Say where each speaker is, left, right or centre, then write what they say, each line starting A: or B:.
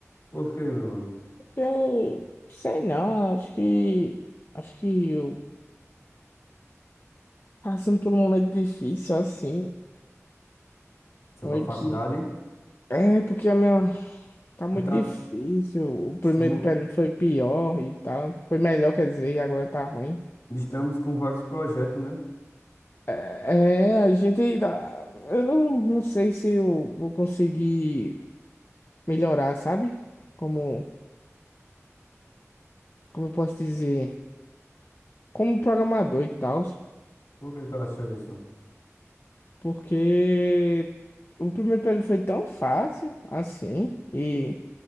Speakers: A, on the left; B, on the left.
A: Por quê, meu mano?
B: Eu sei não, acho que. Acho que eu passando por um momento difícil assim.
A: Sobre
B: Foi
A: a faculdade?
B: que. É, porque a minha. Tá muito
A: Mas tá,
B: difícil. O primeiro
A: estamos,
B: período foi pior e tal. Foi melhor, quer dizer, e agora tá ruim.
A: estamos com vários projetos, né?
B: É, a gente. dá- Eu não, não sei se eu vou conseguir melhorar, sabe? Como. como eu posso dizer, como programador e tal,
A: Por que tu acha isso?
B: porque o primeiro período foi tão fácil assim, e,